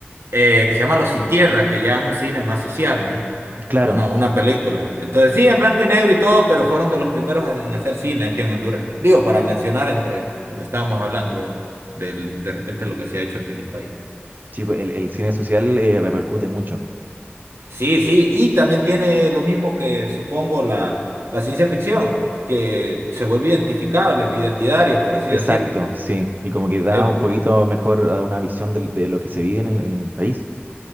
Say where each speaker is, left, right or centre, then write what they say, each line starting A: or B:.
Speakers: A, on the right; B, on the right.
A: eh, que se llama Los Sin Tierra, que ya es un cine más social, ¿no?
B: Claro.
A: Una, una película. Entonces, sí, en blanco y negro y todo, pero fueron de los primeros a- en hacer cine aquí en Honduras. Digo, para mencionar entre lo que estábamos hablando de, del- de repente lo que se ha hecho aquí en el país.
B: Sí, pues, el, el cine social eh, repercute mucho.
A: Sí, sí, y también tiene lo mismo que supongo la, la ciencia ficción, que se vuelve identificable, identitario, por así
B: Exacto,
A: decirlo.
B: sí. Y como que da
A: Eh,
B: un poquito mejor a una visión de de, lo que se vive en el, en el país.